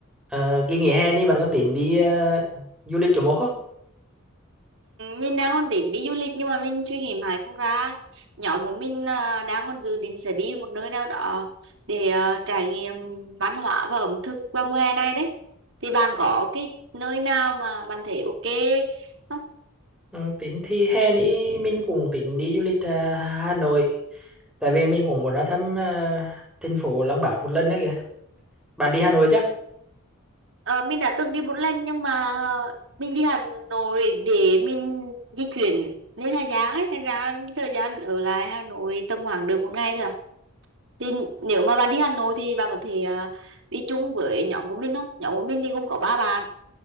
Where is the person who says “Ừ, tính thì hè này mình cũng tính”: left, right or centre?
Centre